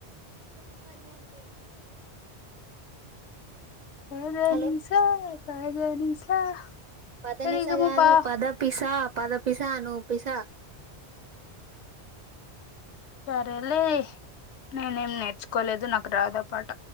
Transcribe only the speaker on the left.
పదనిసా
పదనిసా
సరిగమపా
సరేలే నేనేం నేర్చుకోలేదు నాకు రాదు ఆ పాట.